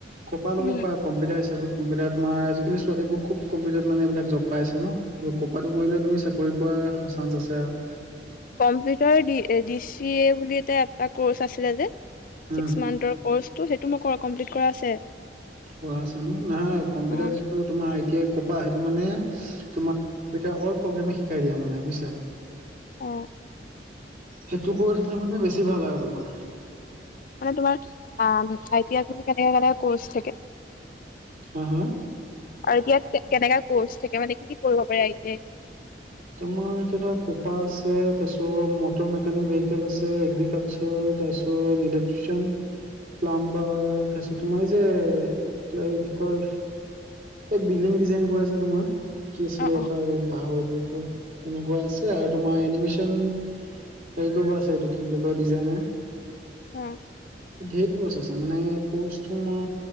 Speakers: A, on the right (about 45°); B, on the left (about 50°).
A: কপা লব
B: উম
A: পৰা কম্পিউটাৰ হিচাপে কম্পিউটাৰ তোমাৰ আজিকাল ছোৱালীবোৰ খুব কমিউটাৰ মানে এইবাক জব পাইছে ন ক'ৰাতো কৰিলে তুমি চাকৰি পোৱা চান্স আছে আৰু
B: কম্পিউটাৰ ডি চি এ বুলি এটা এটা কৰ্চ আছিলে যে
A: উম,
B: ছিক্স মান্থৰ কচটো সেইটো মই কমপ্লিট কৰা আছে।
A: খোৱা আছ ন নহয় কম্পিউটাৰ
B: উম
A: যিটো তোমাৰ আই টি আই কপা সেইটো মানে তোমাক অল প্ৰগ্ৰেমে শিকাই দিয়া মানে বুযিছা
B: অ
A: সেইটো কৰিছিলে মানে বেছি ভাল আৰু তোমাৰ
B: মানে তোমাৰ আহ চ কেনেকাা কেনেকা কৰ্চ থাকে
A: হা হা
B: আৰু এতিয়া কেনেকা কৰ্চ থাকে মানে কি কি কৰিব পাৰেই টই
A: তোমাৰ এতিয়া কোপা আছে তাৰপিছত মটৰ মেকানিক ভেহিকেল আছে এগ্ৰিকালচাৰ তাৰিছত ইলেক্ট্ৰিচিয়ান প্লাম্বাৰ তাৰপিছত তোমাৰ এই যে এই কি কয় এ বিল্ডিং ডিজাইন কৰি আছে তোমাৰ কি আছিলে
B: অ
A: এ
B: অ
A: পাহৰিলো তো তেনেকুৱা আছে আৰু তোমাৰ এনিমেশচন হেৰি কব আছে এইটো কি বুলি কয় ডিজাইনাৰ
B: উম
A: ধেৰ কৰ্চ আছে মানে কৰ্চ তোমাৰ